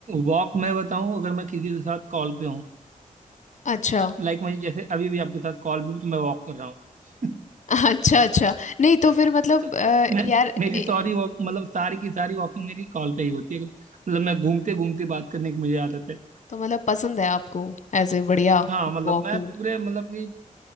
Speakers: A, on the right; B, on the left.
A: वॉक मैं बताऊं अगर मैं किसी के साथ कॉल पे हूँ
B: अच्छा
A: लाइक मैं जैसे अभी भी आपके साथ कॉल पे भी तो मैं वॉक कर रहा हूँ <laughs>
B: <laughs> अच्छा अच्छा नहीं तो फिर मतलब
A: <laughs> तो
B: अ,
A: मैं
B: यार
A: मेरी
B: ए,
A: सॉरी वॉक मतलब सारी की सारी वॉकिंग मेरी कॉल पे ही होती है मतलब मैं घूमते घूमते बात करने की मुझे आदत है
B: तो मतलब पसंद है आपको ऐसे बढ़िया
A: हाँ मतलब
B: वॉकिंग
A: मैं पूरे मतलब कि